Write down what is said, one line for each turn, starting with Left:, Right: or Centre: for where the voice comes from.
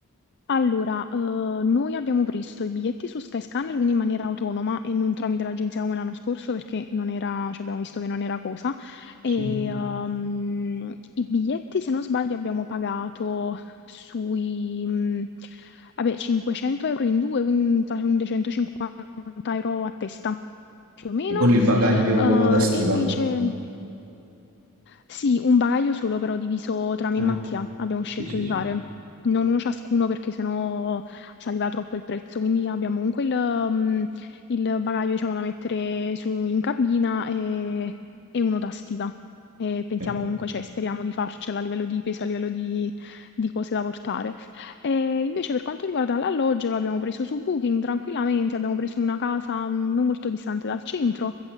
Left: Allora, eh, noi abbiamo preso i biglietti su Skyscanner, quindi in maniera autonoma e non tramite l'agenzia come l'anno scorso perché non era, cioè abbiamo visto che non era cosa. E,
Right: Sì.
Left: ehm, i biglietti, se non sbaglio, abbiamo pagato sui, mh, vabbè, 500 euro in due, quindi facendo 150 euro a testa più o meno.
Right: E con il bagaglio
Left: Eh,
Right: da stiva?
Left: e invece sì, un bagaglio solo però diviso tra me
Right: Ah,
Left: e Mattia abbiamo scelto
Right: sì, sì,
Left: di
Right: sì.
Left: fare. Non uno ciascuno perché sennò saliva troppo il prezzo, quindi abbiamo comunque il, mm, il bagaglio diciamo, da mettere su- in cabina e, e uno da stiva. E pensiamo
Right: Ok.
Left: comunque, cioè speriamo di farcela a livello di peso, a livello di, di cose da portare. E invece per quanto riguarda l'alloggio, l'abbiamo preso su Booking tranquillamente, abbiamo preso una casa mm, non molto distante dal centro,